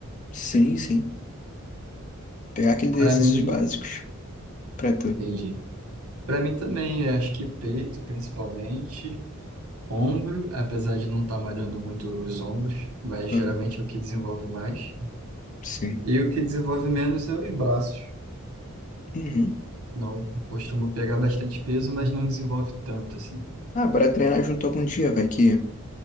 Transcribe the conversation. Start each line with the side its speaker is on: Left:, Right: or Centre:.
Left: Sim, sim. Pegar aqueles
Right: Pra
Left: exercícios
Right: mim,
Left: básicos. Pra tu.
Right: entendi. Pra mim também, eu acho que peito, principalmente. Ombro, apesar de não estar malhando muito os ombros, mas geralmente
Left: Aham,
Right: é o que desenvolve mais.
Left: Sim.
Right: E o que desenvolve menos é os braços.
Left: Uhum.
Right: Não costumo pegar bastante peso, mas não desenvolve tanto, assim.
Left: Ah, bora treinar junto algum dia, vai que